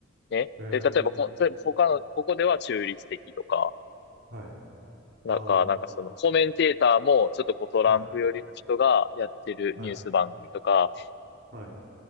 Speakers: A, on the left; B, on the right.
A: ね。
B: えー、
A: で、例えばこ、例えば他の、ここでは中立的とか、
B: はい。
A: なんか、
B: ああ。
A: なんかその、
B: は
A: コメンテーターも、ちょっとこうトランプ寄りの人がやってるニュース番組とか、
B: い。はい。はい。